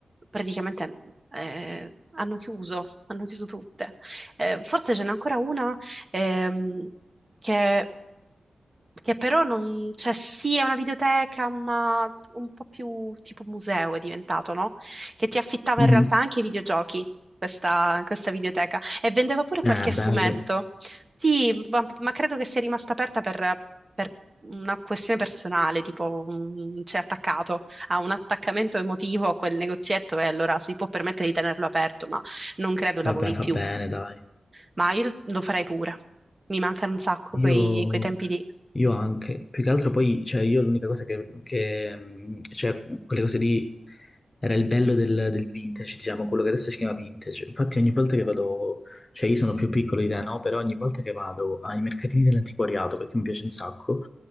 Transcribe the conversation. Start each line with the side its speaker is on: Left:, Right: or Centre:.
Right: praticamente eh, hanno chiuso, hanno chiuso tutte. Eh, forse ce n'è ancora una ehm, che che però non, cioè sì, è una videoteca, ma un po' più tipo museo è diventato, no? Che ti affittava
Left: Mhm.
Right: in realtà anche i videogiochi, questa, questa videoteca, e vendeva pure qualche
Left: Eh,
Right: fumetto.
Left: bello.
Right: Sì, ma, ma credo che sia rimasta aperta per, per una questione personale, tipo mm, c'è attaccato a un attaccamento emotivo a quel negozietto e allora si può permettere di tenerlo aperto, ma non credo lavori
Left: Vabbè, fa
Right: più.
Left: bene, dai.
Right: Ma io lo farei pure. Mi mancano un sacco
Left: Io,
Right: quei, quei tempi lì.
Left: io anche, più che altro poi, cioè io l'unica cosa che, che, mh, cioè quelle cose lì, era il bello del, del vintage, diciamo, quello che adesso si chiama vintage. Infatti ogni volta che vado, cioè io sono più piccolo di te, no? Però ogni volta che vado ai mercatini dell'antiquariato, perché mi piace un sacco,